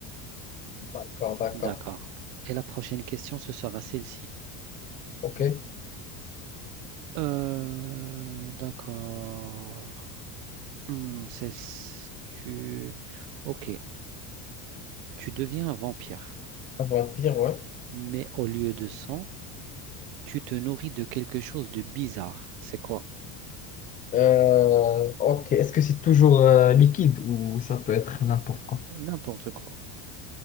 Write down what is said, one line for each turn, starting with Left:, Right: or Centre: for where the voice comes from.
Left: d'accord, d'accord.
Right: D'accord. Et la prochaine question, ce sera celle-ci.
Left: Ok,
Right: Euh, d'accord. Hmm, c'est, tu... Ok. Tu deviens un vampire,
Left: un vampire, ouais.
Right: mais au lieu de sang, tu te nourris de quelque chose de bizarre. C'est quoi?
Left: Euh, Ok, est-ce que c'est toujours euh, liquide ou ça peut être n'importe quoi?
Right: N'importe quoi.